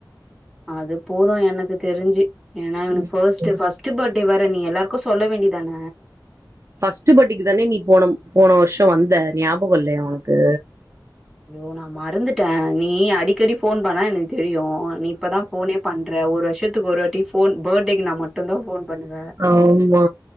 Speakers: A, in the centre; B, on the right (about 40°).
A: அது போதும் எனக்கு தெரிஞ்சு ஏன்னா இவ்னுக்கு
B: ம்
A: ஃபர்ஸ்ட்
B: ம்
A: ஃபஸ் ட் பர்த்டே வேர நீ எல்லாருக்கும் சொல்ல வேண்டிதான
B: ஃபர்ஸ்ட் பட்டேக்கு தான நீ போன போன வருஷம் வந்த ஞாபகம் இல்லையா உனக்கு
A: யோ நா மறந்துட்டேன் நீ அடிக்கடி ஃபோன் பண்ண எனக்கு தெரியும் நீ இப்பதான் ஃபோனே பண்ற ஒரு வருஷத்துக்கு ஒரு வாட்டி ஃபோன் பெர்த்டேக்குனா மட்டும்தா ஃபோன் பண்ணுவ
B: ஆமா